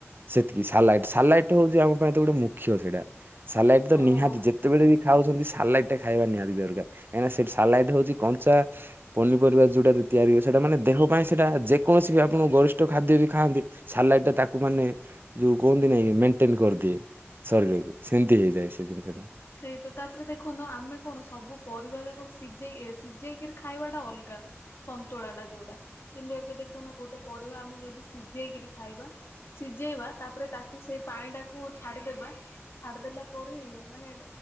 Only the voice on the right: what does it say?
ସେତିକି ସାଲାଇଟ ସାଲାଇଟ ହଉଛି ଆମ ପାଇଁ ତ ଗୋଟେ ମୁଖ୍ୟ ସେଇଟା। ସାଲାଇଟି ତ
ନିହାତି ଯେତେବେଳେ ବି ଖାଉଛନ୍ତି ସାଲାଇଟି ଟା ଖାଇବା ନିହାତି ଦରକାର। କାହିଁକି ନା ସେ ସାଲାଡ ହଉଛି କଞ୍ଚା ପନିପରିବା ଯୋଉଟା ତିଆରି ହୁଏ ସେଟା ମାନେ ଦେହ ପାଇଁ ସେଇଟା ଯେକୋ କୌଣସି ଆପଣ ଗରିଷ୍ଠ ଖାଦ୍ୟ ବି ଖାଆନ୍ତି ସାଲାଟ୍ ଟା ତାକୁ ମାନେ ଯୋଉ କୁହନ୍ତି ନାଇଁ ମେଣ୍ଟେନ କରିଦିଏ। ଶରୀରକୁ ସେମିତି ହେଇଯାଏ ସେ ଜିନିଷ ଟା।